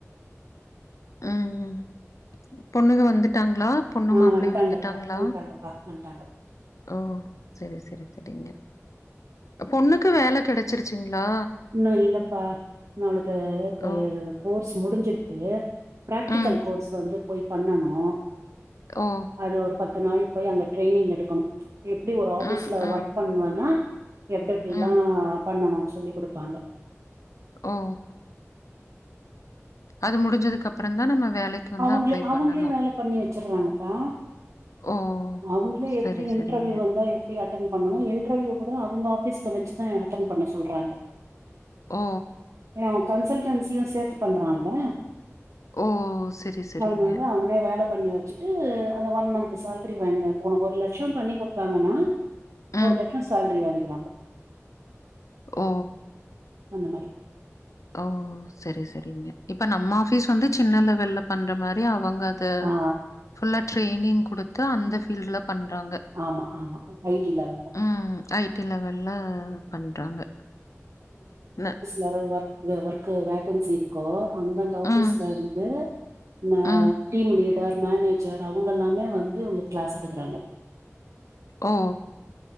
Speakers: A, on the left; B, on the right.
A: ம் பொண்ணுங்க வந்துட்டாங்ளா பொண்ணு
B: ஆ
A: மாப்ளயு
B: வந்ட்டாங்கப்பா
A: வந்துட்டாங்ளா
B: வந்ட்டாங்கப்பா வந்ட்டாங்க
A: ஓ செரி செரி செரிங்க பொண்ணுக்கு வேல கெடச்சிருச்சுங்ளா
B: இன்னு இல்லப்பா நம்மளுக்கு இப்ப
A: ஓ
B: கோர்ஸ் முடிஞ்சிட்த்து ப்ராக்டிக்கல்
A: ம்
B: கோர்ஸ் வந்து போய் பண்ணனு
A: ஓ
B: அது ஒரு பத் பத்து நாள் போய் அங்க ட்ரெய்னிங் எடுக்கணு எப்டி ஒரு ஆபீஸ்ல
A: ம் ம்
B: ஒர்க் பண்ணுவோன்னா எப்டி எப்டில்லா
A: ம்
B: பண்ணணுன் சொல்லி குடுப்பாங்க
A: ம் அது முடிஞ்சதுக்கு அப்றதா நம்ம வேலைக்கு வந்து
B: அவங்களே
A: அப்ளை
B: அவங்களே
A: பண்ணணு
B: வேல பண்ணி வச்சிர்றாங்கப்பா
A: ஓ
B: அவங்களே எப்டி
A: சரி,
B: இன்டர்வியூ
A: சரிங்க.
B: வந்தா எப்டி அட் டன் பண்ணு இன்டர்வியூ கூட அவங்க ஆபீஸ்ல வச்சுதான் அட்டென்் பண்ண சொல்றாங்க
A: ஓ
B: ஏன் கன்சல்டன்சியு சேத்து பண்றான்ல
A: ஓ! சரி, சரிங்க.
B: அதனால அவனே வேலை பண்ணி வச்சுட்டு அந்த ஒன் மந்த் சேல ரி வாங்க உனக்கு ஒரு லட்ச பண்ணி குடுத்தாங்கன்னா
A: ம்.
B: ஒரு லட்ச சேலரி வாங்கிடுவாங்க
A: ஓ
B: அந்த மாரி
A: ஓ சரி சரிங்க இப்ப நம்ம ஆபிஸ் வந்து சின்ன லெவல்ல பண்ற மாரி அவங்க த
B: ஆ
A: ஃபுல்லா ட்ரைனிங் குடுத்து அந்த பீல்ட்ல பண்றாங்க
B: ஆமா ஆமா ஐடி லெவல்ல
A: ம் ஐ டி லெவல்ல பண்றாங்க ன
B: வர ஒர்க் ஒர்க் வேகன்சி இருக்கோ அந்தந்த ஆபீஸ்ல
A: ம்,
B: இருந்து அ
A: ம்.
B: டீம் லீடர் மேனேஜர் அவங்க எல்லாமே வந்து உங்களுக்கு கிளாஸ் எடுக்குறாங்க
A: ஓ